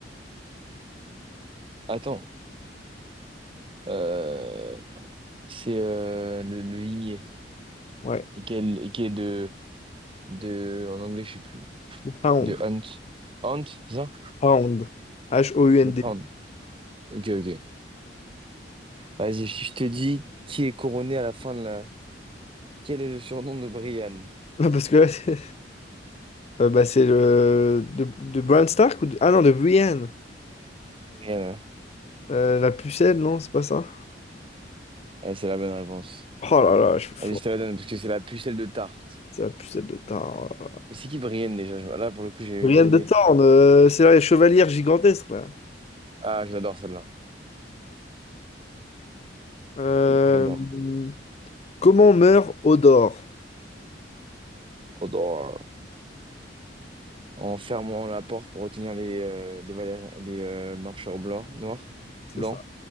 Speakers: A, on the right; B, on the left.
A: Attends. Euh, c'est euh, le, le limier.
B: Ouais,
A: Et, quel, et qui est de, de. En anglais, je sais plus.
B: Hound.
A: De Hunt. Hunt, c'est ça?
B: Hound. H-O-U-N-D.
A: De prendre.
B: <laughs>
A: Ok, ok. Vas-y, si je te dis qui est couronné à la fin de la. Quel est le surnom de Brian?
B: Non, Parce que là, c'est euh, bah, c'est le. De, de Bran Stark ou de... Ah non, de Brienne.
A: Brian, ouais.
B: Euh, la pucelle, non, c'est pas ça.
A: Ouais, c'est la bonne réponse.
B: Oh là là, je suis fort.
A: vas je te la donne parce que c'est la pucelle de tarte.
B: C'est la pucelle de Tarn. oh là là.
A: Mais c'est qui Brienne déjà? Je- Là, pour le coup, j'ai
B: Brienne
A: aucune
B: de
A: idée.
B: Tarn, euh, c'est là les chevalières gigantesques, là.
A: Ah, je l'adore celle-là.
B: Euh,
A: J'adore.
B: Comment meurt Odor?
A: J'adore. en fermant la porte pour retenir les, euh, les, valé- les, euh, marcheurs blancs, noirs,
B: C'est
A: blancs,
B: ça,